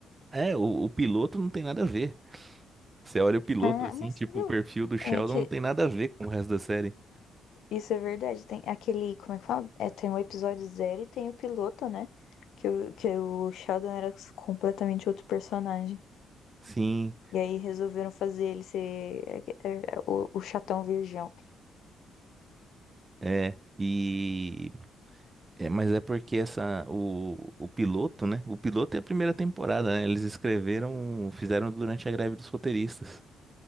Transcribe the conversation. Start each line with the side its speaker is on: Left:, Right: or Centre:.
Right: É, o, o piloto não tem nada a ver. Você olha o piloto
Left: Ah,
Right: assim,
Left: mas
Right: tipo,
Left: você viu?
Right: o perfil do Sheldon
Left: É que
Right: não tem nada a ver com o resto da série.
Left: isso é verdade. Tem aquele, como é que fala? É, tem o episódio zero e tem o piloto, né? Que o, que o Sheldon era completamente outro personagem.
Right: Sim,
Left: E aí resolveram fazer ele ser é, é, o, o chatão virgão.
Right: é. E é, mas é porque essa o, o piloto, né? O piloto é a primeira temporada, né? Eles escreveram, fizeram durante a greve dos roteiristas.